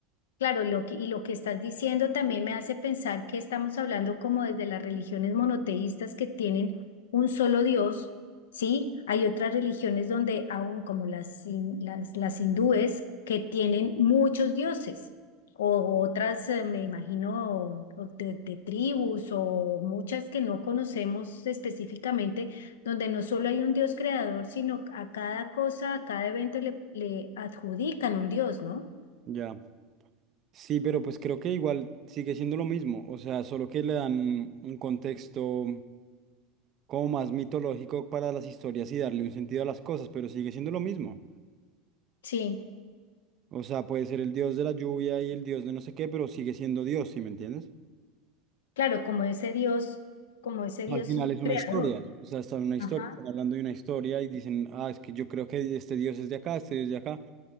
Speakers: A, on the left; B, on the right.
A: Claro, lo que- y lo que estás diciendo también me hace pensar que estamos hablando como desde las religiones monoteístas que tienen un solo Dios, ¿sí? Hay otras religiones donde aún como las, hin- las, las hindúes que tienen muchos dioses, o otras, eh, me imagino, o de, de tribus o muchas que no conocemos específicamente, donde no solo hay un Dios creador, sino a cada cosa, a cada evento le, le adjudican un Dios, ¿no?
B: Ya. Sí, pero pues creo que igual sigue siendo lo mismo, o sea, solo que le dan un contexto como más mitológico para las historias y darle un sentido a las cosas, pero sigue siendo lo mismo.
A: Sí.
B: O sea, puede ser el dios de la lluvia y el dios de no sé qué, pero sigue siendo Dios, ¿sí me entiendes?
A: Claro, como ese Dios, como ese Dios
B: Al final es una
A: creador.
B: historia, o sea, está en una historia,
A: Ajá.
B: están hablando de una historia y dicen, ah, es que yo creo que este dios es de acá, este dios es de acá,